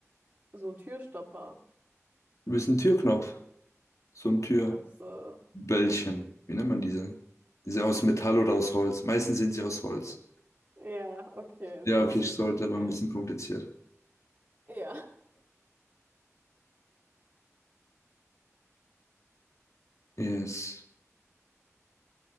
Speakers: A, on the right; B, on the left.
A: so ein Türstopper.
B: Du bist ein Türknopf. So ein Türböllchen.
A: Ach so.
B: Wie nennt man diese? Diese aus Metall oder aus Holz. Meistens sind sie aus
A: Ja,
B: Holz.
A: Ja, okay, okay.
B: Ja, okay, ich
A: Ich
B: sollte,
A: verstehe.
B: aber ein bisschen kompliziert.
A: Ja.
B: Yes.